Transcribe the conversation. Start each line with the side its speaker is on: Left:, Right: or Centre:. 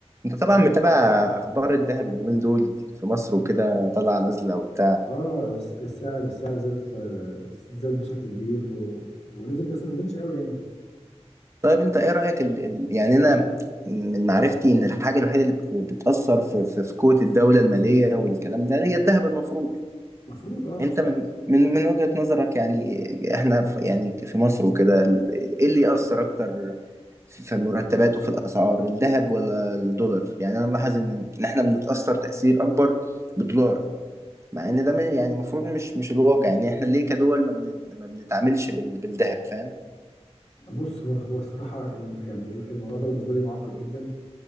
Right: انت طبعا متابع اخبار الذهب اليومين دول في مصر وكده طالعه نازله وبتاع
Left: اه الس- السعر السعر زاد في زاد بشكل كبير و... ونزل بس ما نزلش قوي يعني
Right: طيب انت ايه رايك ال... ال... يعني انا من معرفتي ان الحاجه الوحيده اللي بت- بتاثر في في في قوه الدوله الماليه والكلام ده هي الذهب المفروض
Left: المفروض اه
Right: انت من من من وجهه نظرك يعني احنا في يعني في مصر وكده ال- ايه اللي ياثر اكتر في في مرتبات وفي الاسعار الذهب ولا الدولار يعني انا ملاحظ ان إن احنا بنتاثر تاثير اكبر بالدولار مع ان ده مش- يعني المفروض مش مش الواقع يعني احنا ليه كدول ما, بن... ما بنتعاملش بال... بالذهب فاهم
Left: بص هو هو الصراحة الم... يعني الموضوع ده بالنسبة لي معقد جدا